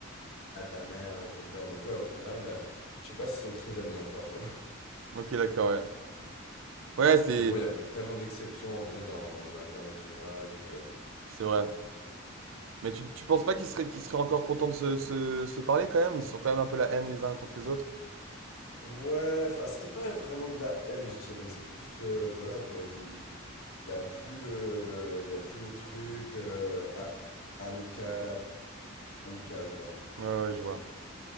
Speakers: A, on the left (about 85°); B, on the right (about 70°).
A: à ta mère, à ton père. Donc ouais, au final, euh, je sais pas s'ils sont très amis encore.
B: Ok, d'accord, ouais. Ouais,
A: <laughs>
B: c'est,
A: Mais bon, il y a pl- tellement d'exceptions en vrai dans, dans la vie en règle générale que...
B: c'est vrai. Mais tu, tu penses pas qu'ils seraient, qu'ils seraient encore contents de se, se, se parler quand même? Ils sont quand même un peu la haine les uns contre les autres?
A: Ouais, enfin, c'est pas vraiment de la haine, je dirais. C'est plus, euh, voilà, quoi. Il il y a plus le, il y a plus le truc euh, a- amical, amical, quoi.
B: Ouais, ouais, je vois.